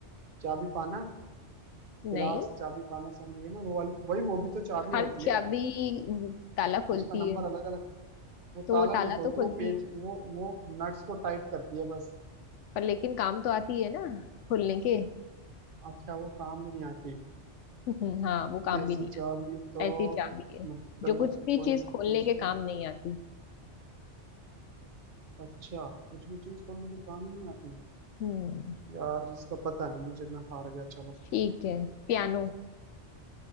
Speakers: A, on the right; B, on the left.
A: चाबी पाना
B: नहीं
A: गिलास चाबी पाना समझिए ना वो वाली वही वो भी तो चाबी
B: हर
A: होती है
B: चाबी ताला खोलती
A: उसका नंबर
B: है
A: अलग अलग वो
B: तो
A: ताला
B: वो ताला
A: नहीं खोलती
B: तो खोलती
A: वो पेच
B: है
A: वो वो नट्स को टाइट करती है बस
B: पर लेकिन काम तो आती है ना खोलने के
A: अच्छा वो काम भी नहीं आती
B: <laughs> हाँ वो काम
A: ऐसी
B: भी नहीं
A: चाबी
B: आता
A: तो
B: ऐसी चाबी है
A: मतलब
B: जो कुछ भी
A: कोई
B: चीज
A: दूसरी-
B: खोलने के काम नहीं आती
A: अच्छा कुछ भी चीज खोलने के काम ही नहीं आती
B: हम्म
A: यार इसका पता नहीं मुझे मैं हार गया चलो
B: ठीक है पियानो